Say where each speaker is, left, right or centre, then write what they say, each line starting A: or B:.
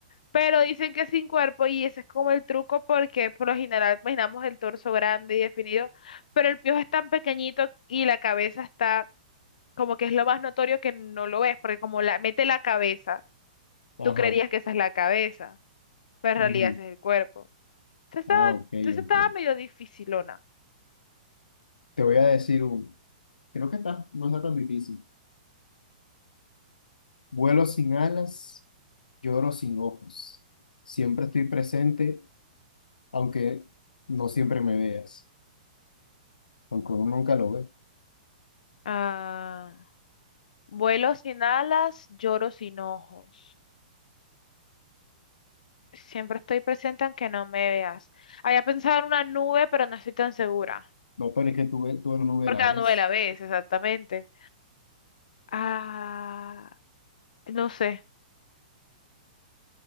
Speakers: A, on the left; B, on the left.
A: pero dicen que sin cuerpo y ese es como el truco porque por lo general imaginamos el torso grande y definido, pero el piojo es tan pequeñito y la cabeza está como que es lo más notorio que no lo ves, porque como la mete la cabeza,
B: Ajá.
A: tú creerías que esa es la cabeza, pero en
B: ujú.
A: realidad ese es el cuerpo. Esa estaba,
B: Ah, ok,
A: esa estaba
B: ok.
A: medio dificilona.
B: Te voy a decir uno. Creo que está, no está tan difícil. Vuelo sin alas, lloro sin ojos. Siempre estoy presente, aunque no siempre me veas. Aunque uno nunca lo ve.
A: Ah, vuelo sin alas, lloro sin ojos. Siempre estoy presente aunque no me veas. Había pensado en una nube, pero no estoy tan segura.
B: No pero es que tú, ve- tú no me
A: Porque
B: la
A: la
B: ves.
A: nube la ves, exactamente. Ah, no sé.